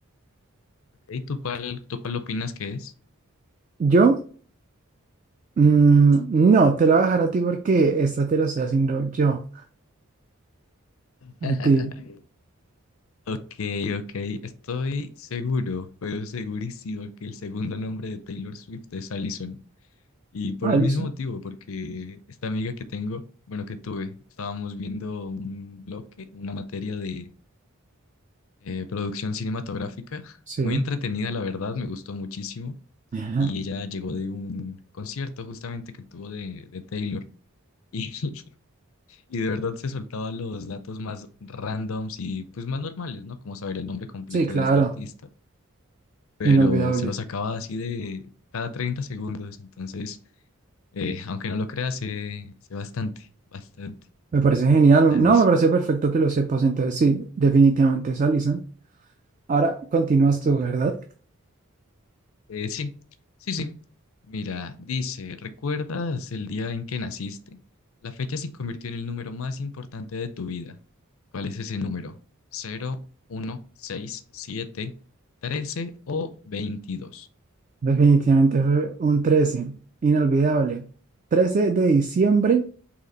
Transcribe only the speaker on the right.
¿Yo? Mm, no, te la voy a dejar a ti porque esta te la estoy haciendo yo.
A ti,
Allison.
Sí.
Ajá.
Sí, claro.
Inolvidable.
Me parece genial.
No, me parece perfecto que lo sepas. Entonces, sí, definitivamente es Allison. Ahora continúas tú, ¿verdad?
Definitivamente fue un 13 inolvidable. trece de diciembre